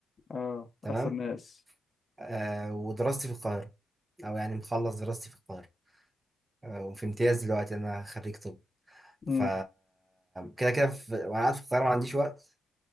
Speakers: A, on the left; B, on the right.
A: اه
B: تمام
A: احسن ناس
B: آه ودراستي في القاهرة أو يعني مخلص دراستي في القاهرة آه وفي امتياز دلوقتي أنا خريج طب
A: امم
B: ف كده كده في... وأنا قاعد في القاهرة ما عنديش وقت